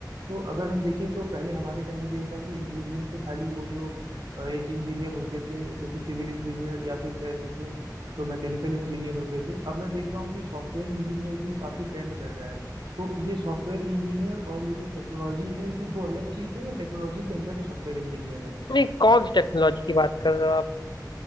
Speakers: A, on the right; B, on the left.
A: तो अगर हम देखें तो पहले हमारे टाइम पे ये था कि इंजीनियरिंग से खाली वो जो अ, एक इंजीनियर होते थे जो कि सिविल इंजीनियर या फिर कह सकें जो मैकेनिकल इंजीनियर होते थे अब मैं देख रहा हूँ कि सॉफ्टवेयर इंजीनियर भी काफी ट्रेंड कर रहा है तो ये सॉफ्टवेयर इंजीनियर और ये जो टेक्नोलॉजी है ये दो अलग चीज है या टेक्नोलॉजी के अंदर ही सॉफ्टवेयर इंजीनियर है
B: नहीं कौन सी टेक्नोलॉजी की बात कर रहे हो आप